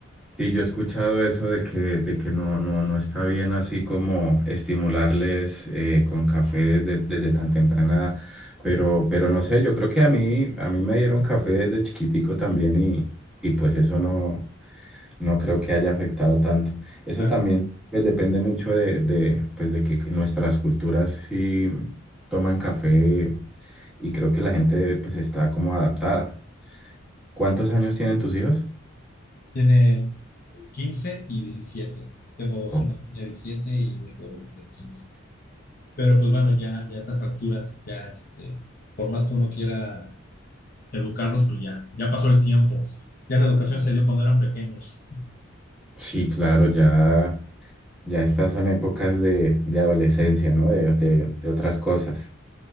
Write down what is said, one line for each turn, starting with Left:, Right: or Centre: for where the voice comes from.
Centre: Sí, yo he escuchado eso de que, de que no, no, no está bien así como estimularles eh, con café desde, desde tan temprana edad, pero, pero no sé, yo creo que a mí, a mí me dieron café desde chiquitico también y, y pues eso no, no creo que haya afectado tanto. Eso
Left: Claro,
Centre: también pues, depende mucho de, de, pues, de que nuestras culturas sí toman café y creo que la gente pues está como adaptada. ¿Cuántos años tienen tus hijos?
Left: tiene 15 y 17. Tengo dos,
Centre: Oh,
Left: una niña de 17 y un hijo de, de 15. Pero pues bueno, ya, ya a estas alturas, ya este, por más que uno quiera educarlos, pues ya, ya pasó el tiempo. Ya la educación se dio cuando eran pequeños.
Centre: Sí, claro, ya. Ya estas son épocas de, de adolescencia, ¿no? De, de- de otras cosas.